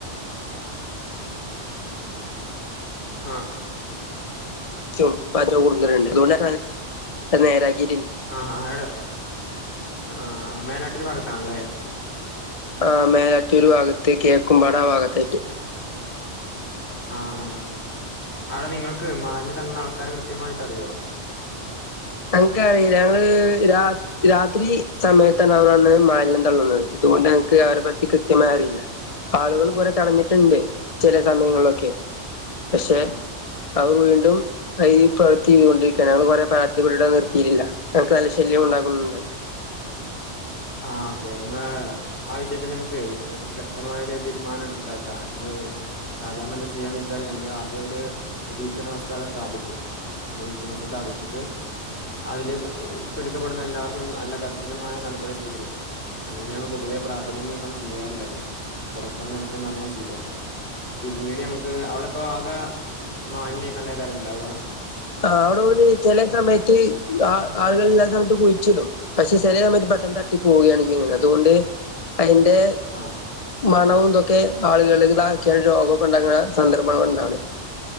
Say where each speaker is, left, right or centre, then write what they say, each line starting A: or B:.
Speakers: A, on the left (about 65°); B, on the left (about 35°).
A: ആഹ്
B: <unintelligible> നേരാക്കി
A: ആ ആ ഏടെ ആ മേലാറ്റൂര് ഭാഗത്താണല്ലേ?
B: ആ മേലാറ്റൂര് ഭാഗത്ത് കിഴക്കുമ്പാട ആ ഭാഗത്തയ്റ്റ്
A: ആഹ് ആ ആടെ നിങ്ങൾക്ക് മാലിന്യം തന്ന ആൾക്കാരെ കൃത്യമായിട്ടറിയോ?
B: ഞങ്ങക്ക് അറീല ഞങ്ങള് രാ രാത്രി സമയത്താണ് അവര് വന്ന് മാലിന്യം തള്ളുന്നത് അതുകൊണ്ട് എനക്ക് അവരെ പറ്റി കൃത്യമായറിയില്ല ആളുകള് കൊറേ തടഞ്ഞിട്ട്ണ്ട് ചില സമയങ്ങളിലൊക്കെ പക്ഷെ
A: ആ
B: അവ വീണ്ടും ഈ പ്രവർത്തി ചെയ്തൊണ്ടിരിക്കയാണ് ഞങ്ങള് കൊറെ പരാ തിപ്പെട്ടിട്ടത് നിർത്തീറ്റില്ല ഞങ്ങ്ക്ക് നല്ലെ ശല്ല്യം ഉണ്ടാകുന്നുണ്ട്
A: ആ ഓക്കെ ങ്ങ ആ വിശ്യത്തിന് നമുക്ക് ഒരു ശക്തമായ ഒരു തീരുമാനം ണ്ടാക്കാം സാധാരണ എന്താ ചെയ്യാന്ന് വെച്ചാല് നമ്മള് ആദ്യ ഒരു നിരീക്ഷണ വസ്തു അവടെ സ്ഥാപിക്കും നിരീക്ഷണ വസ്തു സ്ഥാപിച്ചിട്ട്, അതില് പിടിക്കപ്പെടുന്ന എല്ലാവർക്കും നല്ല കർശനമായ നടപടി സ്വീ കരിക്കും അങ്ങനെയാണ് പൊതുവെ പ്രാഥമികമായിക്കാണ്ട് ചെയ്യാറ്ള്ളത് തുടക്കെന്നെലക്ക് നമ്മളങ്ങനെ ചെയ്യ പിന്നീട് നമുക്ക് അവടപ്പാകെ മാലിന്യയ്ക്കാണ്ടേക്കാരല്ലേ ണ്ടാവാ
B: ആ അവടെ ഓല് ചെലെ സമയത്ത് ആ ആളുകൾ ഇല്ലാത്ത സമയത്ത് കുഴിച്ചിടും പക്ഷെ ചെലെ സമയത്ത് പെട്ടെന്ന് തട്ടി പോവുകയാണ് ചെയ്യുന്നത് അതുകൊണ്ട്, അയിന്റെ,
A: ആഹ്
B: മണവും ഇതൊക്കെ ആളുകള് താക്കിയാല് രോഗൊക്കെണ്ടാക്ക്ണ, സന്ദർഭം കൊണ്ടാണ്